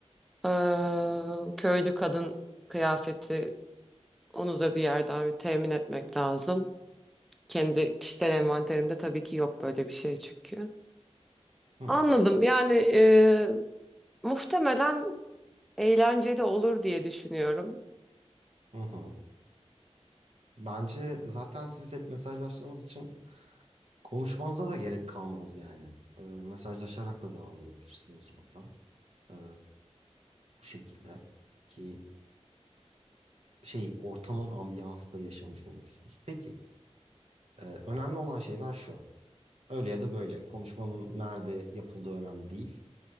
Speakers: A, in the centre; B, on the right (about 65°).
A: Ee, köylü kadın kıyafeti onu da bir yerden bir temin etmek lazım. Kendi kişisel envanterimde tabii ki yok böyle bir şey çünkü.
B: Hı,
A: Anladım. Yani e, muhtemelen eğlenceli olur diye düşünüyorum.
B: hı hı. Bence zaten siz hep mesajlaştığınız için konuşmanıza da gerek kalmaz yani. E, mesajlaşarak da devam edebilirsiniz orada. E, bu şekilde ki şey ortamın ambiyansı da yaşamış olursunuz. Peki e, önemli olan şeyler şu. Öyle ya da böyle konuşmanın nerede yapıldığı önemli değil.